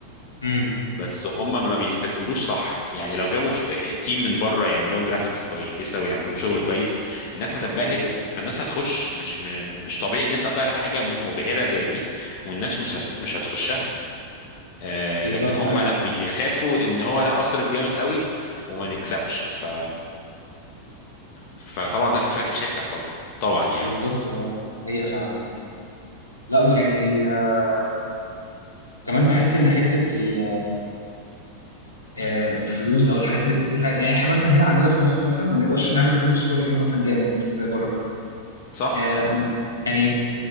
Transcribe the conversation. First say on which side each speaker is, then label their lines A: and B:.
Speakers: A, on the left; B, on the left.
A: امم
B: بس هم ما بيستثمروش صح يعني لو جابوا في تيم من بره يعمل لهم جرافيكس كويسه ويعمل لهم شغل كويس الناس هتنبهر
A: بالظبط
B: فالناس هتخش مش م- مش طبيعي ان انت تعرض حاجه م- مبهره زي دي والناس مش هت- مش هتخشها آه،
A: بالظبط
B: لكن هم
A: ايوه
B: لا بيخافوا ان هو لا اصرف جامد قوي وما نكسبش ف فطبعا لا الفرق شاسع طبعا طبعا يعني
A: بالظبط اه حقيقة فعلا لا يعني آه، وكمان بحس ان حتة ال- آه، الفلوس او الحاجات اللي بتدفع يعني احنا مثلا
B: مم.
A: هنا عندنا في مصر مثلا ما نقدرش نعمل فيلم سوبر هيرو مثلا جامد زي بره
B: صح
A: آه،
B: صح
A: م- يعني